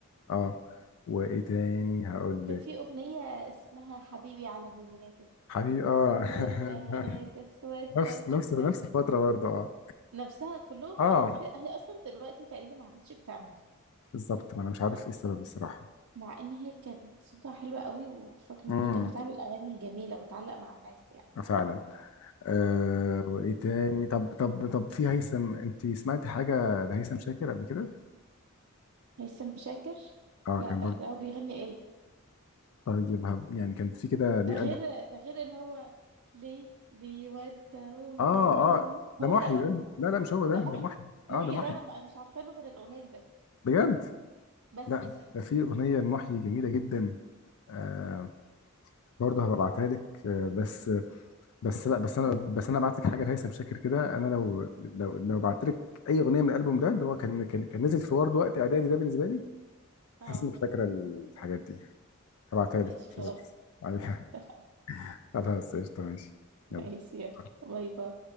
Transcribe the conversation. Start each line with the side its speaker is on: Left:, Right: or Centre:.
Left: اه وايه تاني هقول
Right: وكان
Left: لك
Right: في أغنية اسمها حبيبي على نياته
Left: حبيبي اه
Right: كل
Left: <laughs>
Right: البنات اخوات
Left: نفس
Right: افكارته
Left: نفس نفس الفتره برضه اه
Right: نفسها كلهم
Left: اه
Right: هتح... هي اصلا دلوقتي تقريبا ما عادتش بتعمل
Left: بالظبط ما انا مش عارف ايه السبب الصراحه
Right: مع ان هي كانت صوتها حلو قوي وفاكره
Left: امم
Right: انها كانت بتعمل اغاني جميله بتعلق مع الناس يعني
Left: آه، فعلا أه وايه تاني طب طب طب في هيثم انت سمعتي حاجه لهيثم شاكر قبل كده
Right: هيثم شاكر
Left: اه
Right: لا
Left: كان برضه
Right: لا هو بيغني ايه
Left: طيب هب- يعني كان في كده ليه
Right: ده غير
Left: قلب
Right: ده غير اللي هو ليه بيودعوني
Left: اه
Right: يعني
Left: اه ده
Right: هو
Left: محيي
Right: ده
Left: ده لا لا مش هو
Right: ده
Left: ده
Right: محي
Left: ده محيي
Right: محي
Left: اه ده محيي
Right: ده انا ما- مش عارفه له غير الاغنيه دي بس
Left: بجد
Right: بس
Left: لا ده في اغنيه لمحيي جميله جدا آه برضه هبعتها لك آه بس بس لا بس انا بس انا بعت لك حاجه لهيثم شاكر كده انا لو لو لو بعت لك اي اغنيه من الالبوم ده اللي هو كان كان كان نزل في ورد وقت اعدادي ده بالنسبه لي
Right: اه
Left: تحس انك فاكره الحاجات دي هبعتها
Right: ماشي
Left: لك
Right: خلاص
Left: كده عليها
Right: اتفقنا
Left: <laughs> خلاص قشطة ماشي يلا
Right: ماشي يلا باي باي